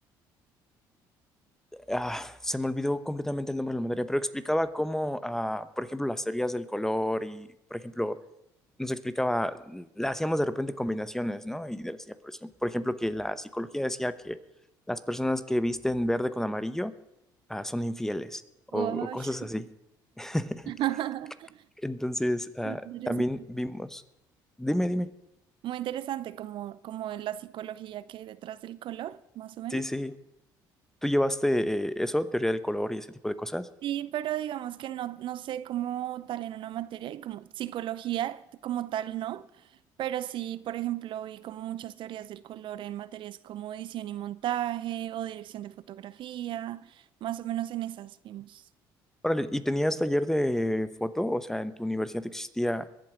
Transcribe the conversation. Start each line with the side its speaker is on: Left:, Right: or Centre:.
Centre: Ah, se me olvidó completamente el nombre de la materia, pero explicaba cómo, ah, por ejemplo, las teorías del color y, por ejemplo, nos explicaba, la hacíamos de repente combinaciones, ¿no? Y decía, por ejem- por ejemplo, que la psicología decía que las personas que visten verde con amarillo, ah, son infieles o
Right: Uy.
Centre: o cosas así. <laughs>
Right: <laughs>
Centre: Entonces, ah,
Right: Muy interesante.
Centre: también vimos. Dime, dime.
Right: Muy interesante como, como en la psicología que hay detrás del color, más o menos.
Centre: Sí, sí. ¿Tú llevaste eh, eso, teoría del color y ese tipo de cosas?
Right: Sí, pero digamos que no, no sé cómo tal en una materia y como psicología como tal no, pero sí, por ejemplo, vi como muchas teorías del color en materias como edición y montaje o dirección de fotografía, más o menos en esas vimos.
Centre: Órale, ¿y tenías taller de foto? O sea, ¿en tu universidad existía